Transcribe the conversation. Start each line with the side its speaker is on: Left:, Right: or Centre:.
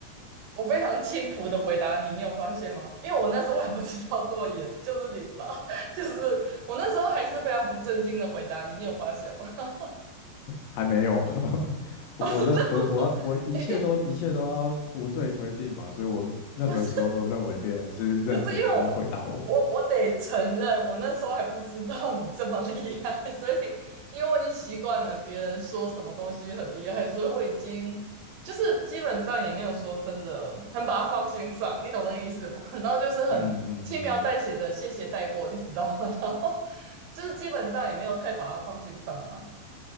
Right: 我非常轻浮的回答你，你有发现吗？因为我那时候还不知道这么严，就是你知道，<laughs> 就是我那时候还是非常不正经的回答你，你有发现吗？
Left: 还没有，<laughs>
Right: <laughs>
Left: 我我那我我我一切都一切都要无罪推定嘛，
Right: 啊，真的吗？<laughs>
Left: 所以我任何时候都认为别人是认真的在回答我，
Right: 不是。可是因为我我我得承认，我那时候还不知道你这么厉害，<laughs> 所以因为我已经习惯了别人说什么东西很厉害，所以我已经就是基本上也没有说真的很把它放心上，你懂那个意思吗？<laughs> 然后就是很轻描淡写的谢谢带过，
Left: 嗯嗯
Right: 你知道吗？<laughs> 然后就是基本上也没有太把它放心上啊。